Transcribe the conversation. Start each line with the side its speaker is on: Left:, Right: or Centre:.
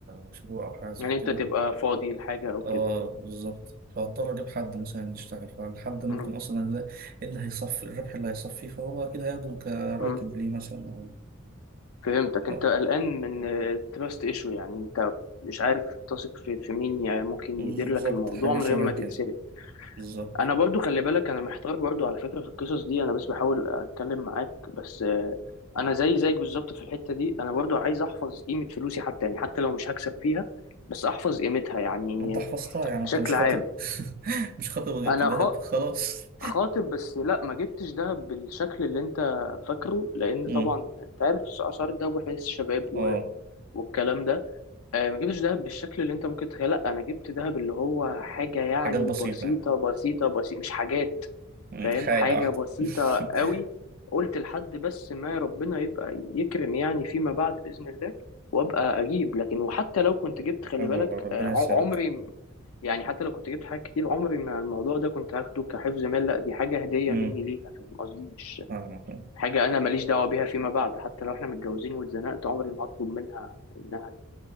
Right: مشروع أو حاجة زي
Left: يعني
Right: كده
Left: انت تبقى فاضي لحاجه او
Right: اه
Left: كده
Right: بالظبط فهضطر أجيب حد مثلا يشتغل فالحد ممكن
Left: مم.
Right: أصلا اللي, اللي هيصفي الربح اللي هيصفي فهو أكيد هياخده كراتب
Left: مم.
Right: ليه مثلا أو
Left: فهمتك
Right: ف-
Left: انت قلقان من تراست ايشو يعني انت مش عارف تثق في في مين يعني ممكن
Right: بالظبط
Left: يدير لك الموضوع
Right: حاجة
Left: من
Right: شبه
Left: غير ما تتسرق
Right: كده بالظبط
Left: انا برضو خلي بالك انا محتار برضو على فكرة في القصص دي انا بس بحاول اتكلم معاك بس آه، انا زي زيك بالظبط في الحتة دي انا برضو عايز احفظ قيمة فلوسي حتى يعني حتى لو مش هكسب فيها بس احفظ قيمتها يعني
Right: ما أنت حفظتها يعني
Left: بشكل
Right: أنت مش
Left: عام
Right: خاطب <laughs> مش خاطب وجبت
Left: انا
Right: دهب
Left: خا-
Right: خلاص
Left: خاطب بس لا ما جبتش دهب بالشكل اللي انت فاكره لان
Right: مم.
Left: طبعا انت عارف اسعار الدهب واحنا لسه شباب و-
Right: اه
Left: والكلام ده آه، ما جبتش دهب بالشكل اللي انت ممكن تتخيله لا انا جبت دهب اللي هو حاجه يعني
Right: حاجات بسيطة
Left: بسيطه
Right: يعني
Left: بسيطه بسيطه مش حاجات
Right: مم.
Left: فاهم
Right: حاجة
Left: حاجه
Right: واحدة
Left: بسيطه
Right: <laughs>
Left: قوي قلت لحد بس ما ربنا يبقى يكرم يعني فيما بعد باذن الله وابقى اجيب لكن وحتى لو كنت جبت خلي
Right: حلو
Left: بالك
Right: والله ربنا
Left: آه، ع-
Right: يسعدك
Left: عمري يعني حتى لو كنت جبت حاجات كتير عمري ما الموضوع ده كنت هاخده كحفظ مال لا دي حاجه هديه
Right: امم
Left: مني ليها فاهم قصدي مش
Right: فاهمك
Left: حاجه انا ماليش دعوه بيها فيما بعد حتى لو احنا متجوزين واتزنقت عمري ما هطلب منها انها